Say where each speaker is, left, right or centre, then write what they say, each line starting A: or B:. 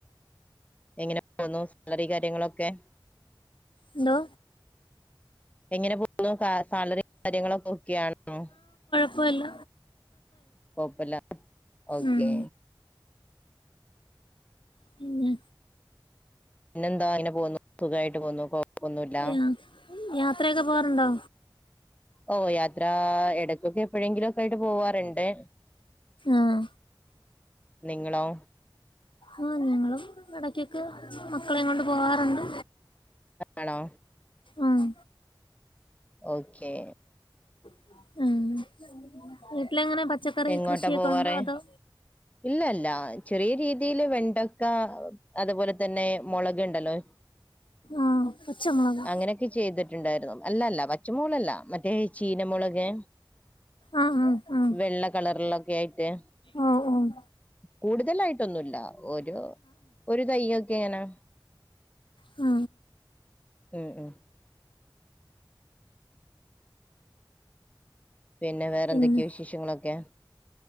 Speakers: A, on the left; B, on the left.
A: എങ്ങനെ പോന്നു സാലറി കാര്യങ്ങളൊക്കെ
B: എന്തോ
A: എങ്ങനെ പോകുന്നു കാ സാലറി കാര്യങ്ങളൊക്കെ ഒക്കെ യാണോ
B: വല
A: കൊഴപ്പല്ല ഓക്കെ
B: ഉം പിന്നെ
A: പിന്നെന്താ അങ്ങനെ പോന്നു സുഖമായിട്ട് പോന്നു ഒന്നുമില്ല
B: യാ യാത്രയൊക്കെ പോവാറുണ്ടോ
A: ഓ യാത്രാ ഇടക്കൊക്കെ എപ്പോഴെങ്കിലും ഒക്കെ ആയിട്ട് പോവാറുണ്ട്
B: ആഹ്
A: നിങ്ങളോ
B: ആ ഞങ്ങളും ഇടക്കൊക്ക് മക്കളെ കൊണ്ട് പോവാറുണ്ട്
A: ആണോ
B: ആഹ്
A: ഓക്കേ
B: ആഹ് വീട്ടിലെങ്ങനെ പച്ചക്കറി
A: എങ്ങോട്ടാ
B: കൃഷിയൊക്കെ
A: പോവാറ്
B: ഉണ്ടോ അതോ
A: ഇല്ല ഇല്ല ചെറിയ രീതിൽ വെണ്ടക്ക അതുപോലെ തന്നെ മുളക്ണ്ടല്ലോ
B: ആഹ് പച്ചമുളക്
A: അങ്ങനെയൊക്കെ ചെയ്തിട്ടുണ്ടായിരുന്നു അല്ലല്ല പച്ചമോളല്ല മറ്റേ ചീന ചീന മുളക്
B: ആഹ് ആഹ്
A: വെള്ള കളറിലൊക്കെ ആയിട്ട്
B: ആഹ് ആഹ്
A: കൂടുതലായിട്ടൊന്നുമല്ല ഒരു ഒരു തയ്യൊക്കെ എങ്ങനെ
B: അ
A: ഉം ഉം പിന്നെ വേറെ
B: പിന്നെ
A: എന്തൊക്കെയോ വിശേഷങ്ങളൊക്കെ